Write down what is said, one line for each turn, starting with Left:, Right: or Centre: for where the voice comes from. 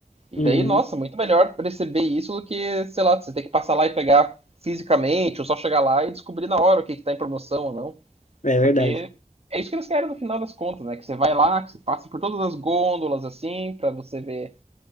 Right: Daí,
Left: Uhum.
Right: nossa, muito melhor perceber isso do que, sei lá, você ter que passar lá e pegar fisicamente, ou só chegar lá e descobrir na hora o que, que tá em promoção ou não.
Left: É verdade.
Right: Porque é isso que eles querem no final das contas, né? Que você vai lá, que você passa por todas as gôndolas, assim, para você ver